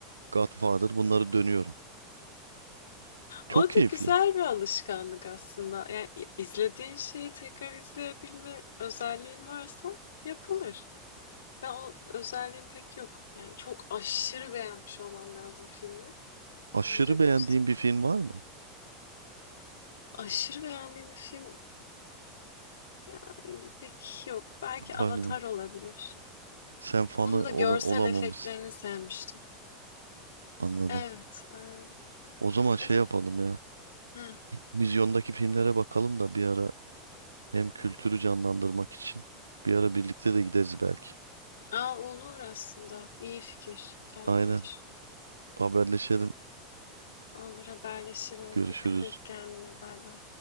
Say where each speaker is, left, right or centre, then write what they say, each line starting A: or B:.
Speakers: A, on the right; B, on the left.
A: Godfather bunları dönüyorum. Çok
B: O
A: keyifli.
B: da güzel bir alışkanlık aslında. Yani i- izlediğin şeyi tekrar izleyebilme özelliğin varsa yapılır. Ben o özelliğim pek yok. Yani çok aşırı beğenmiş olmam lazım filmi.
A: Aşırı
B: Ancak
A: beğendiğin
B: o
A: bir film var mı?
B: aşırı beğendiğim bir film yani pek yok. Belki
A: Galiba.
B: Avatar olabilir.
A: Sen fanı
B: Onun da
A: ola-
B: görsel
A: olamamışsın.
B: efektlerini sevmiştim.
A: Anladım.
B: Evet, öyle.
A: O zaman şey
B: Hadi
A: yapalım
B: be.
A: ya.
B: Hı.
A: Vizyondaki filmlere bakalım da bir ara Hem kültürü canlandırmak için. Bir ara birlikte de gideriz belki.
B: Aa, olur aslında. İyi fikir. Tamamdır.
A: Aynen. Haberleşelim.
B: Olur haberleşiriz.
A: Görüşürüz.
B: Dikkat et kendine. Bay bay.